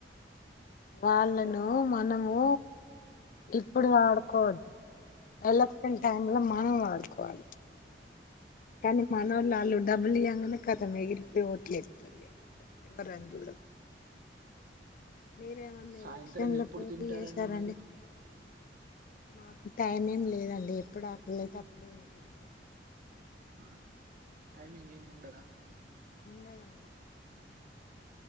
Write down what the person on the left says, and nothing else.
వాళ్ళను మనము ఇప్పుడు వాడుకోవద్దు ఎలక్షన్ టైమ్ లో మనం వాడుకోవాలి. కానీ మన వాళ్ళు వాళ్ళు డబ్బులు ఇ్యంగానే కదా ఎగిరిపోయి ఓట్లేస్తారు కద ఎవరు వద్దులే మీరేమన్నా
ఎలెక్షన్లకు
పోటీ
చేసారండి.
మాకు టైం ఏం లేదండి ఎప్పుడు ఆకలితే అప్పుడే తింటామండి.
ఉండేదండి